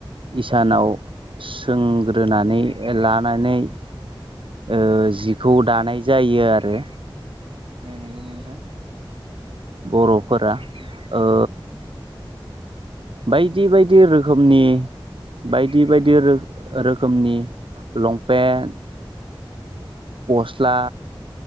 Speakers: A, on the right; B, on the right.
A: इसानाव सोंग्रोनानै लानानै ओ जिखौ दानाय जायो आरो।
B: ओ नंगौ नोंथां।
A: बर'फोरा ओ बायदि बायदि रोखोमनि बायदि बायदि रो रोखोमनि लंपेन्ट गस्ला,